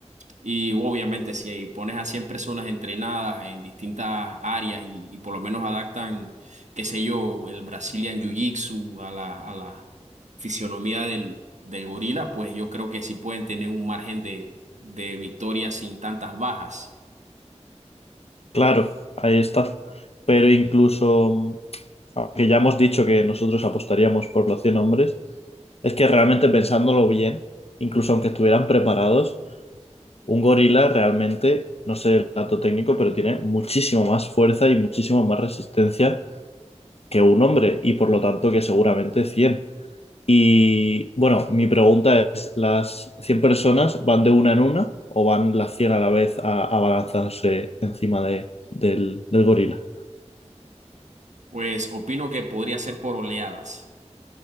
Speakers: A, on the right; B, on the left.
A: Y obviamente si pones a 100 personas entrenadas en distintas áreas y, y por lo menos adaptan, qué sé yo, el Brazilian Jiu-Jitsu a la, a la fisionomía del, del gorila, pues yo creo que sí pueden tener un margen de, de victoria sin tantas bajas.
B: Claro, ahí está, pero incluso,
A: Sí.
B: aunque ya hemos dicho que nosotros apostaríamos por los 100 hombres, es que realmente pensándolo bien, incluso aunque estuvieran preparados, Un gorila realmente, no sé el dato técnico, pero tiene muchísimo más fuerza y muchísimo más resistencia que un hombre y por lo tanto que seguramente 100. Y bueno, mi pregunta es, ¿las 100 personas van de una en una o van las 100 a la vez a, a abalanzarse encima de, del, del gorila?
A: Pues opino que podría ser por oleadas,